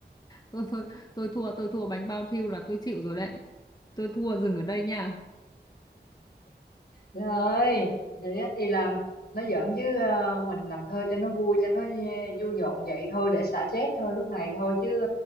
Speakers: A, on the left; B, on the left.
A: thôi thôi tôi thua tôi thua bánh bao thiêu là tôi chịu rồi đấy. Tôi thua dừng ở đây nha.
B: trời ơi vậy á thì làm nó giỡn chứ ờ, mình làm thơ cho nó vui cho nó vui nhộn vậy thôi để xả stress thôi lúc này thôi chứ